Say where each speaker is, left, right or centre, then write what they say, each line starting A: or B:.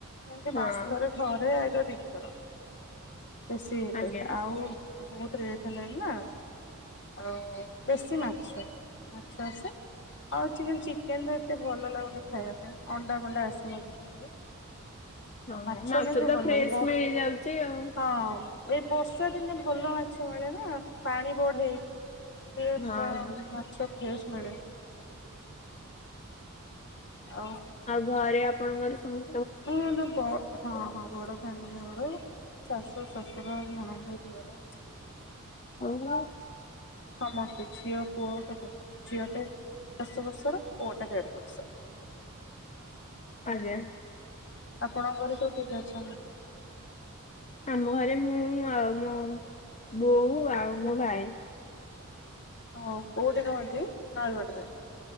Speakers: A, on the left; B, on the left.
A: ଏମିତି
B: ହଁ
A: ମାସରେ ଥରେ ଆଇଦର୍ ଦିଥର ବେଶୀ ହେଲେ
B: ଆଜ୍ଞା
A: ଆଉ ବହୁତ ରେଟ୍ ହେଲାଣି ନା ଆଉ ବେଶୀ ମାଛ ମାଛ ଆସେ। ଆଉ ଚି ଚିକେନ ତ ଏତେ ଭଲ ଲାଗୁନି ଖାଇବା ପାଇଁ ଅଣ୍ଡା ବଣ୍ଡା ଆସେ ମଝିରେ ମଝିରେ।
B: ହଁ
A: ଆଉ ମାଛ କିନ୍ତୁ
B: ତ
A: ଭଲ
B: ଫ୍ରେଶ
A: ଏଇ ବ
B: ମିଳିଯାଉଛି ଆଉ।
A: ହଁ। ଏଇ ବର୍ଷା ଦିନେ ଭଲ ମାଛ ମିଳେ ନା ପାଣି ବଢେ। ସେ
B: ହଁ
A: ବ
B: ହଁ।
A: ମାଛ ଫ୍ରେସ୍ ମିଳେ। ଆଉ
B: ଆଉ ଘରେ ଆପଣଙ୍କର ସମ
A: ହଁ ଦବ ହଁ ହଁ ବଡ ଫ୍ୟାମିଲି ଆମର ଶାଶୁ ଶଶୁର ନଣନ୍ଦ ଦିଅର।
B: <unintelligible>
A: ସମସ୍ତେ ଝିଅ ପୁଅ ସମସ୍ତେ ଝିଅ ଟେ ଦଶ ବର୍ଷ ର ପୁଅଟା ଦେଢ଼ ବର୍ଷ ର।
B: ଆଜ୍ଞା।
A: ଆପଣଙ୍କ ଘରେ ସବୁ କିଏ କିଏ ଅଛନ୍ତି?
B: ଆମ ଘରେ ମୁଁ ଆଉ ମୋ ବୋଉ ଆଉ ମୋ ଭାଇ।
A: ଅଁ କଉଠି ରୁହନ୍ତିି ନୟାଗଡ଼ ରେ।